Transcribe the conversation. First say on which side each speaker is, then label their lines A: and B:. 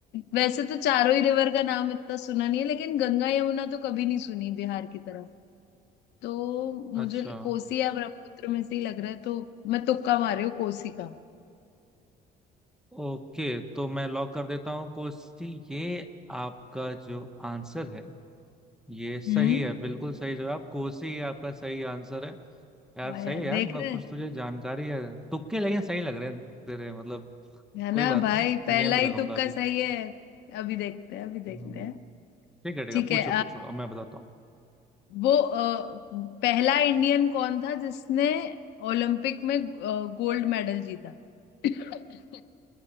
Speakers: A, on the left (about 85°); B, in the centre.
A: वैसे तो चारों ही रिवर का नाम इतना सुना नहीं है लेकिन गंगा यमुना तो कभी नहीं सुनी बिहार की तरफ तो मुझे
B: अच्छा
A: कोसी या ब्रह्मपुत्र में से ही लग रहा है तो मैं तुक्का मार रही हूँ कोसी का
B: ओके तो मैं लॉक कर देता हूँ कोसी ये आपका जो आंसर है ये सही
A: हम्म
B: है बिल्कुल सही जवाब कोसी ही आपका सही आंसर है यार
A: वाह
B: सही
A: यार
B: है यार
A: देख
B: मतलब
A: रहे
B: कुछ
A: हैं
B: तुझे जानकारी है तुक्के लेकिन सही लग रहे हैं तेरे मतलब
A: है ना
B: कोई बात
A: भाई
B: नहीं
A: पहला
B: मैं भी
A: ही
B: लगाऊंगा
A: तुक्का
B: अभी
A: सही है अभी देखते हैं अभी देखते
B: हम्म,
A: हैं
B: ठीक है ठीक
A: ठीक
B: है पूछो
A: है
B: पूछो अब मैं बताता हूँ
A: वो अ, पहला इंडियन कौन था जिसने ओलंपिक में गोल्ड मेडल जीता <coughs>